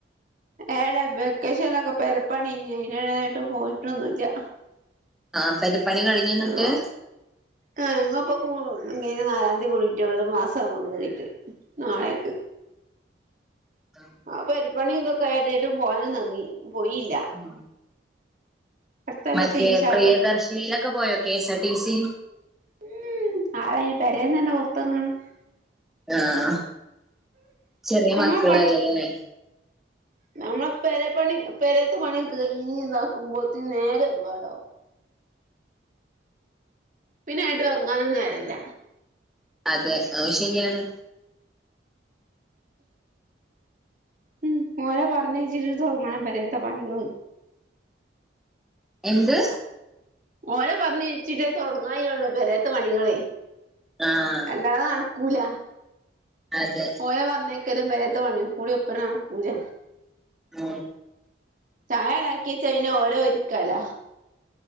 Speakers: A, on the right; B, in the centre.
A: ഏടെ വെക്കേഷനൊക്കെ പെരപ്പണിയേനി അയിൻ്റെടെട്ടും പോയിട്ടൊന്നുല്ല
B: ആഹ് പെരിപ്പണി കഴിഞ്ഞുന്നിട്ട്
A: ആഹ് ആഹ് ഞങ്ങപ്പോ പോ <unintelligible> നാലാന്തി കൂടിട്ടേ ഉള്ളൂ ഒരു മാസ കേരിട്ട് നാളേക്ക്
B: അം
A: ആ പെരപ്പണി ഇതൊക്കെ ആയിട്ടെട്ടും പോകാനൊന്നും എർങ്ങി പോയില്ല
B: ഉം
A: അടുത്തൊല്ലൊക്കെ
B: മറ്റേ
A: ഇൻഷാ
B: പ്രിയദർശിനീലൊക്കെ
A: അള്ളാ
B: പോയോ കെഎസ് ആർ ടി സി
A: ഉം ആരായിന് പെരേന്നെന്നെ പൊർത്തെറങ്ങ്ണ്
B: അഹ് ചെറിയ
A: നമ്മളെ
B: മക്കളല്ലല്ലേ
A: നമ്മള് പെരപ്പണി പെരേത്തെ പണിയങ് കഴഞ്ഞിതാക്കുമ്പോത്തിന് നേരം ഒരുപാടാവും പിന്നെ ഏട്ടും എർങ്ങാനും നേരല്ല
B: അതെ അതും ശരിയാണ്
A: ഉം ഓരെ പറഞ്ഞയിച്ചിട്ട് തുടങ്ങണം പെരെത്ത പണികള്
B: എന്ത്
A: ഓരെ പറഞ്ഞച്ചിട്ടേ തുടങ്ങാൻകഴിയുള്ളു പെരെത്തെ പണികളേ
B: ആഹ്
A: അല്ലാതെ നടക്കൂല
B: അതെ
A: ഓരെ പറഞ്ഞയക്കലും പെരെത്തെ പണിയും കൂടി ഒപ്പരം നടക്കൂല
B: ആഹ്
A: ചായ ഇണ്ടാക്കിയെച്ച പിന്നെ ഓലെ ഒരുക്കല